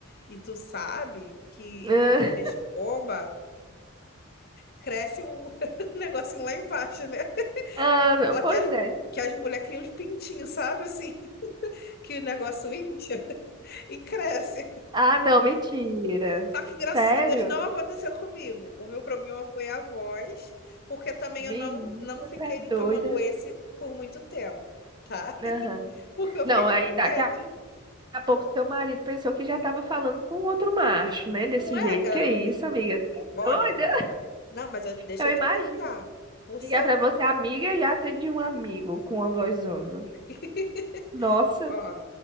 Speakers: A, on the left (about 50°); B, on the right (about 20°).
A: E tu sabe que
B: Ah,
A: essas bombas cresce um <laughs> negocinho lá embaixo, né?
B: ah, não,
A: Fala
B: pois
A: que as,
B: é.
A: que as mulheres criam uns pintinhos, sabe? Assim, <laughs> que o negócio incha e cresce.
B: Ah, não, mentira.
A: Só que graças
B: Sério?
A: a Deus não aconteceu comigo. O meu problema foi a voz, porque também
B: Menina,
A: eu não, não fiquei
B: tá doida.
A: tomando esse por muito tempo, tá?
B: Aham.
A: <laughs> Porque eu
B: Não,
A: fiquei
B: aí
A: com
B: daqui
A: medo.
B: a a pouco seu marido pensou que já tava falando com outro macho, né? Desse
A: Não é,
B: jeito.
A: garota?
B: Que isso, amiga? Tá
A: Olha,
B: doida?
A: não, mas eu- deixa
B: Eu
A: eu
B: imagino
A: te contar. Por seu.
B: ligar pra você, amiga, e atende um amigo com uma vozona.
A: <laughs>
B: Nossa.
A: Ó,